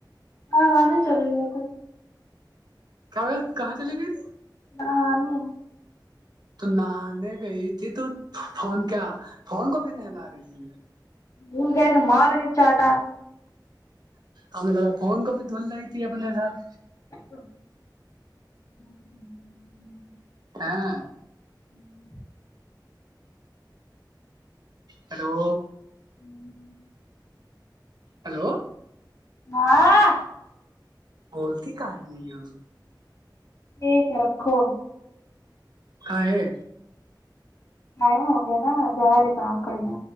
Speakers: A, on the left; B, on the right.
A: ہاں ہ نہیں چلےا تو
B: کیا ایر کہاں چلیے گئی تے
A: نہاں نہیں
B: تو نہانے گئی تھی تو فون کیا فون کو بھی نہلا رہی تھی
A: ج کیا تھاا مارے چاٹا
B: ہمیں ل فون کو بھی دھول رہی تھی اپنے ساتھ
A: تو
B: ہاں
A: ہوں
B: ہیلو
A: ہوں
B: ہیلو
A: ہاں
B: بولتی کا نہیںون
A: ٹھیک ہے رکھو
B: ہے ہے
A: ٹائم ہو گیا نا جا رہے کام کرنا